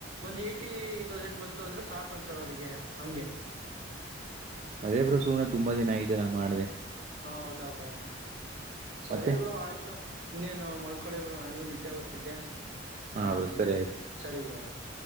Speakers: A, on the right; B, on the right.
A: ಒಂದ್ ಏ. ಫಿಫ್ಟಿ ತೌಸಂಡ್ ಬಂತು ಅಂದ್ರೆ ಸಾಕು ಅಂತಾರೆ ಅವ್ರಿಗೆ ಹಂಗೆ.
B: ಅದೇ ಬ್ರೋ ಸುಮ್ನೆ ತುಂಬಾ ದಿನ ಐತಲ್ಲ ಮಾಡ್ದೆ.
A: ಹಾ ಹೌದಾ ಬ್ರೋ. ಸರಿ
B: ಮತ್ತೆ
A: ಬ್ರೋ ಆಯ್ತು. ಇನ್ನೇನು ಮಲ್ಕೊಳ್ಳಿ ಬ್ರೋ ನನಿಗೂ ನಿದ್ದೆ ಬರ್ತಿದ್ದೆ.
B: ಹಾ
A: ನಾಳೆ
B: ಬ್ರೋ
A: ಮಾಡ್ತೀನಿ
B: ಸರಿ ಆಯ್ತು.
A: ಸರಿ ಬಿಡ ಆಯ್ತು.